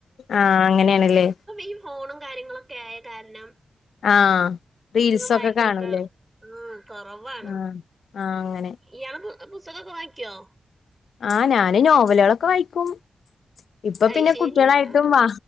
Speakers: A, on the left; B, on the right.
A: ആഹ് അങ്ങനെയാണല്ലേ
B: ഇ ഫോണും കാര്യങ്ങളൊക്ക ആയ കാര്ണം
A: ആഹ്
B: പുസ്ത്തകം
A: റീൽസൊക്കെ
B: വായിക്കലൊക്ക
A: കാണൂല്ലേ
B: ആഹ് കൊറവാണ്
A: ആഹ് ആഹ് അങ്ങനെ
B: ഇയാള് പുസ്തകൊക്ക വായിക്കൊ
A: ആഹ് ഞാന് നോവലേളൊക്ക വായിക്കും ഇപ്പൊ
B: അത്
A: പിന്നെ
B: ശരി
A: കുട്ടീളായിട്ടും
B: ആ ആ ആ.
A: വാ